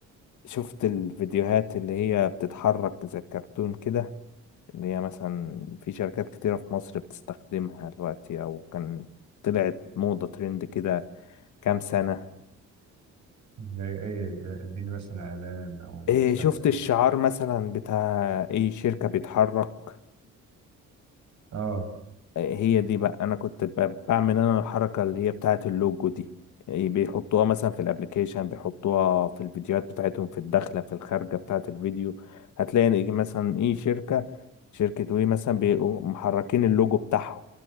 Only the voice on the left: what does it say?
شفت الفيديوهات اللي هي بتتحرك زي الكرتون كده اللي هي مثلا في شركات كتيرة في مصر بتستخدمها دلوقتي أو كان طلعت موضة ترند كده كام سنة
إيه
شفت الشعار مثلا بتاع أي شركة بيتحرك
هي دي بقى انا كنت ب- بعمل انا الحركه اللي هي بتاعه اللوجو دي إيه، بيحطوها مثلا في الابليكيشن بيحطوها في الفيديوهات بتاعتهم في الداخله في الخارجه بتاعه الفيديو هتلاقي إن إيه مثلا ايه شركه شركه وي مثلا بيبقوا محركين اللوجو بتاعهم